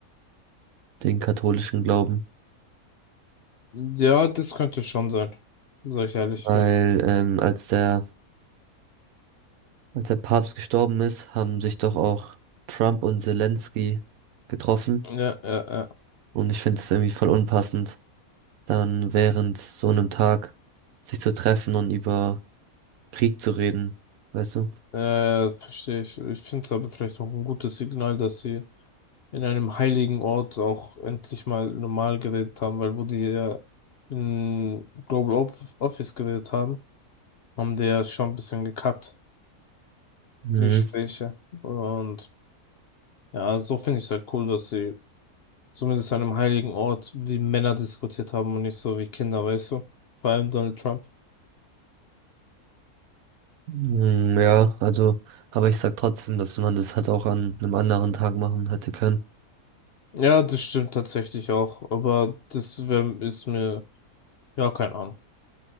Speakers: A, on the right; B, on the left.
A: den katholischen Glauben.
B: Ja, das könnte schon sein. Sag ich ehrlich.
A: Weil
B: Ja.
A: ähm, als der, als der Papst gestorben ist, haben sich doch auch Trump und Zelensky getroffen.
B: Ja, ja,
A: Und ich finde es irgendwie voll unpassend, dann während so einem Tag sich zu treffen und über Krieg zu reden, weißt du?
B: ja. Äh, verstehe ich. Ich finde es aber vielleicht auch ein gutes Signal, dass sie in einem heiligen Ort auch endlich mal normal geredet haben, weil wo die ja in Global Op- Office geredet haben, haben die ja schon ein bisschen gekackt,
A: Mhm.
B: die Gespräche. Und ja, so finde ich es halt cool, dass sie Zumindest an einem heiligen Ort, wie Männer diskutiert haben und nicht so wie Kinder, weißt du? Vor allem Donald Trump.
A: Mhm, ja, also, aber ich sag trotzdem, dass man das halt auch an einem anderen Tag machen hätte können.
B: Ja, das stimmt tatsächlich auch, aber das wär, ist mir, ja, keine Ahnung.